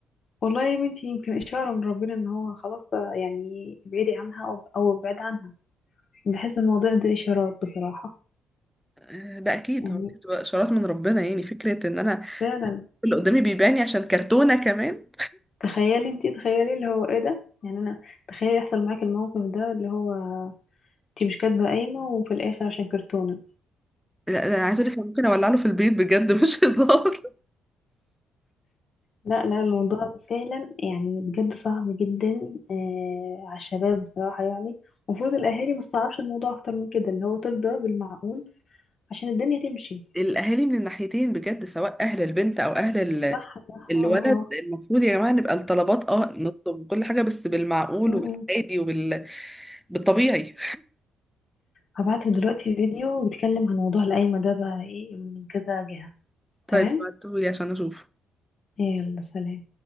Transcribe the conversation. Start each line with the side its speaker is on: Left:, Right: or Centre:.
Left: والله يا بنتي يمكن إشارة من ربنا إن هو خلاص بقى يعني ابعدي عنها أو أو ابعد عنها بحس الموضوع ده إشارات بصراحة
Centre: آه، ده اكيد
Left: يعني
Centre: هو دي بتبقى اشارات من ربنا يعني فكره ان انا
Left: فعلا
Centre: اللي قدامي بيباني عشان كرتونه كمان
Left: تخيلي انتي تخيلي اللي هو إيه ده يعني أنا تخيلي يحصل معاكي الموقف ده اللي هو انتي مش كاتبة قايمة وفي الآخر عشان كرتونة
Centre: لا ده انا عايزه اقول لك أنا ممكن اولع له في البيت بجد مش هزار
Left: لا لا الموضوع فعلا يعني بجد صعب جدا آه على الشباب بصراحة يعني المفروض الأهالي ما تصعبش الموضوع أكتر من كده اللي هو ترضى بالمعقول عشان الدنيا تمشي
Centre: <laughs> الاهالي من الناحيتين بجد سواء اهل البنت او اهل ال...
Left: صح صح
Centre: الولد
Left: اه
Centre: المفروض يا جماعه نبقى الطلبات اه نطلب كل حاجه بس بالمعقول
Left: آه.
Centre: وبالعادي
Left: <laughs>
Centre: وبال بالطبيعي
Left: هبعتلك دلوقتي فيديو بيتكلم عن موضوع القايمة ده بقى ايه من كذا جهة
Centre: <laughs> طيب
Left: تمام
Centre: بعتهولي عشان اشوف
Left: يلا سلام